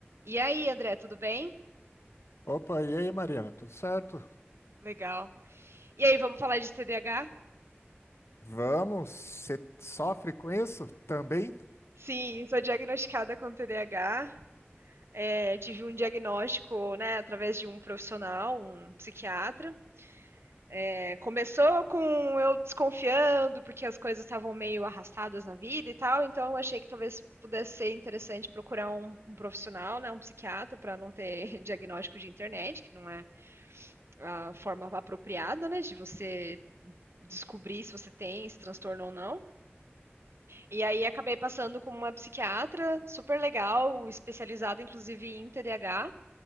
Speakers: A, on the right; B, on the left.
A: E aí, André, tudo bem?
B: Opa, e aí, Mariana? Tudo certo?
A: Legal. E aí, vamos falar de TDAH?
B: Vamos? Você sofre com isso também?
A: Sim, sou diagnosticada com TDAH. É, tive um diagnóstico, né, através de um profissional, um psiquiatra. É, começou com eu desconfiando, porque as coisas estavam meio arrastadas na vida e tal, então eu achei que talvez pudesse ser interessante procurar um, um profissional, né, um psiquiatra, para não ter <laughs> diagnóstico de internet, que não é a forma apropriada, né, de você descobrir se você tem esse transtorno ou não. E aí acabei passando com uma psiquiatra super legal, especializada inclusive em TDAH.